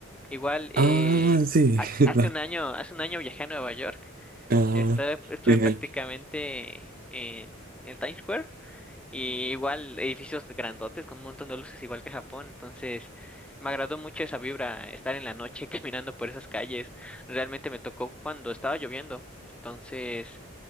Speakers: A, in the centre; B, on the right.
A: Igual eh,
B: Ah, sí.
A: haz-
B: <laughs>
A: hace un año, hace un año viajé a Nueva York
B: Ah,
A: estaba- estuve
B: bien.
A: prácticamente en el Times Square y igual edificios grandotes con un montón de luces igual que Japón, entonces me agradó mucho esa vibra, estar en la noche <laughs> caminando por esas calles, realmente me tocó cuando estaba lloviendo, entonces